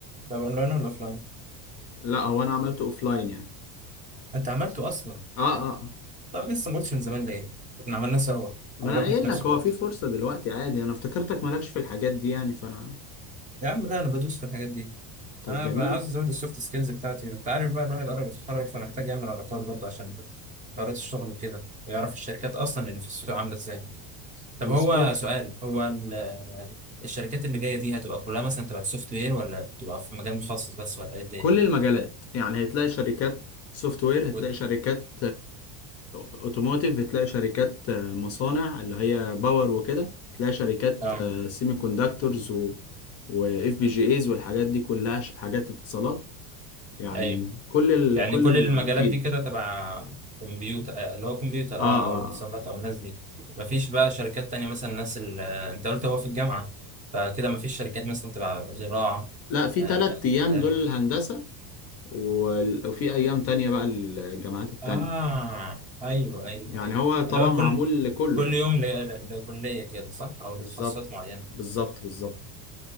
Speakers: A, on the right; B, on the left.
A: طب اونلاين ولا اوفلاين؟
B: لا هو انا عملته اوفلاين يعني
A: انت عملته اصلا
B: اه اه آه.
A: طب لسه ما قلتش من زمان ليه؟ احنا عملناه سوا
B: ما
A: او
B: انا
A: رحنا
B: قايل
A: في نفس
B: لك
A: الوقت
B: هو في فرصة دلوقتي عادي انا افتكرتك مالكش في الحاجات دي يعني فانا
A: يا عم لا انا بدوس في الحاجات دي
B: طب
A: انا
B: جميل
A: بقى عاوز ازود السوفت سكيلز بتاعتي انت عارف بقى الواحد قرب يتخرج فمحتاج يعمل علاقات برضه عشان حوارات الشغل وكده ويعرف الشركات اصلا اللي في السوق عامله ازاي طب
B: مظبوط
A: هو سؤال هو ال- آه، الشركات اللي جايه دي هتبقى كلها مثلا تبع السوفت وير ولا بتبقى في مجال مخصص بس ولا ايه الدنيا
B: كل المجالات يعني هتلاقي شركات سوفت وير هتلاقي
A: و-
B: شركات اوتوموتيف هتلاقي شركات آه، مصانع اللي هي باور وكده هتلاقي شركات
A: اه
B: سيمي كوندكتورز و واف بي جي ايز والحاجات دي كلها ش- حاجات اتصالات يعني
A: ايوه
B: كل
A: يعني
B: ال كل
A: كل المجالات
B: الفيلد
A: دي كده تبع كمبيوتر آه، اللي هو كمبيوتر
B: اه
A: اه
B: اه
A: او اتصالات
B: آه.
A: او الناس دي مفيش بقى شركات تانية مثلا الناس اللي انت قلت هو في الجامعة فكده مفيش شركات مثلا تبع زراعة
B: لا في
A: آه،
B: تلات
A: آه،
B: أيام
A: آداب
B: دول الهندسة وال- وفي أيام تانية بقى الجامعات التانية
A: اه ايوه ايوه
B: يعني
A: ايوه
B: هو طبعا
A: اللي هو
B: معمول
A: كل
B: لكله
A: كل
B: يعني
A: يوم ل- لكلية كده صح او لتخصصات
B: بالظبط
A: معينة
B: بالظبط بالظبط